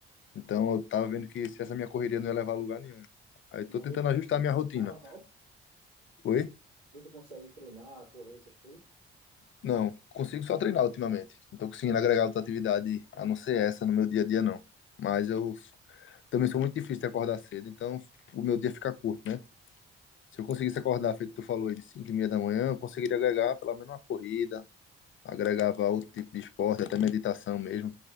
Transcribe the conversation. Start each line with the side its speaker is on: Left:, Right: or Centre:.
Left: então
Right: Hum.
Left: eu tava vendo que se essa minha correria não ia levar a lugar nenhum. Aí
Right: Mas
Left: tô tentando
Right: hoje tu
Left: ajustar
Right: consegue
Left: a minha rotina.
Right: treinar normal?
Left: Oi?
Right: Hoje tu consegue treinar, correr, essas coisas?
Left: Não, consigo só treinar ultimamente. Não tô conseguindo agregar outra atividade a não ser essa no meu dia a dia, não. Mas eu também sou muito difícil de acordar cedo, então o meu dia fica curto, né? Se eu conseguisse acordar, feito tu falou aí, de 5 e meia da manhã, eu conseguiria agregar pelo menos uma corrida, agregava outro tipo de esporte, até meditação mesmo,